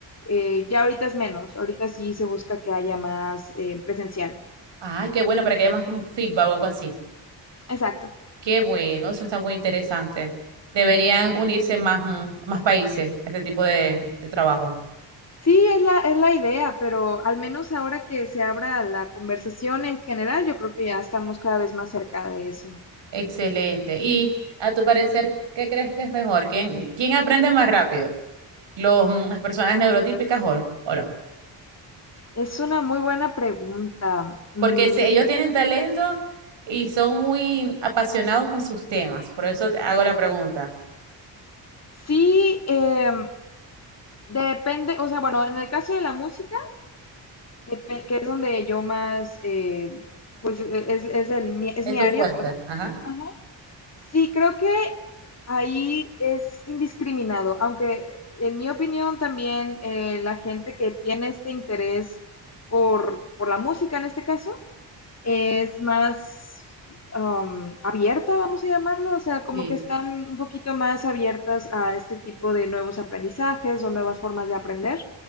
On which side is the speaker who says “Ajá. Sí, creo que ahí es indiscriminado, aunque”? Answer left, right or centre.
Left